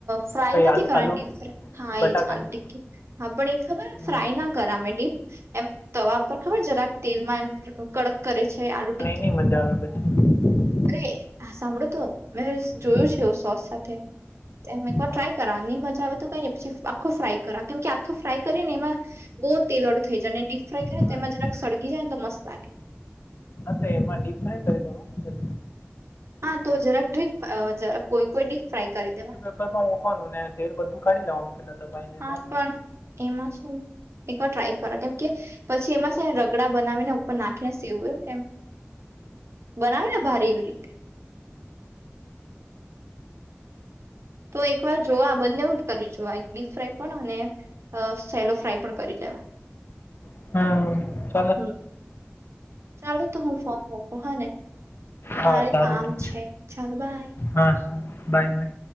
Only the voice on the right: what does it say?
ફ્રાય
નથી
કરવાનીડીપ
હા
એ ચાલ ટકી હા પણ એ ખબર
ફ્રાય ના કર અમે ડીપ એમ તવા પર ખબર જરાક તેલમાં એમ કડક કરે છે આલુ ટીકી.
અરે હ સાંભળો તો મે જોયું
છે એ સોસ સાથે એમ એકવાર
ટ્રાય કરા નહી મજા આવે તો કઈ પછી આખો ફ્રાય કરો કેમ કે આખો ફ્રાય કરીે ને એમાં બહુ તેલવાળું થઈ જાય અને ડીપ ફ્રાય કરે
ને તેમાં
જરાક સળગી જાય ને તો મસ્ત લાગે.
હા તો જરાક ડીપ કોઈ કોઈ ડીપ ફ્રાય કરી દેવા
હા
પણ
એમાં શું એકવાર ટ્રાય કરો કેમ કે પછી એમાં છે, રગડા બનાવીને ઉપર નાખીને સીવું એમ બનાવે ને ભારે એવી રીતે તો એક વાર જોવા બંને કરી જોવા એક ડીપ ફ્રાય પણ અને અ સેલો ફ્રાય પણ કરી લેવા
હમ ચાલો તો હું ફોન મકું હા ને
મારે
કામ
છે, ચાલ ભાઈ